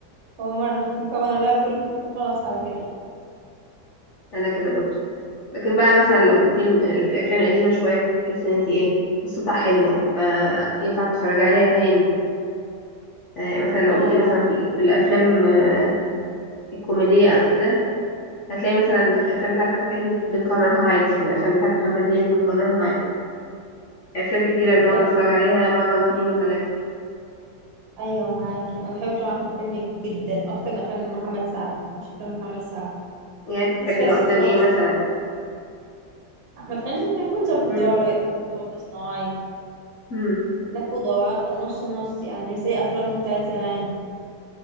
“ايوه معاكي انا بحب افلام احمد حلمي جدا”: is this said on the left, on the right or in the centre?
Right